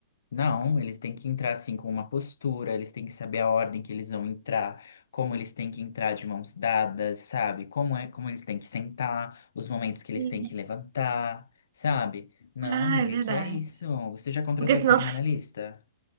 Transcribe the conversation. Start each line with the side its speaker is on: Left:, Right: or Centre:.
Left: Não, eles têm que entrar assim com uma postura, eles têm que saber a ordem que eles vão entrar, como eles têm que entrar de mãos dadas, sabe? Como é, como eles têm que sentar, os momentos que eles
Right: Hum.
Left: têm que levantar, sabe? Não,
Right: Ah,
Left: amiga,
Right: é verdade.
Left: que é isso? Você já contratou
Right: Porque
Left: a
Right: senão.
Left: cerimonialista?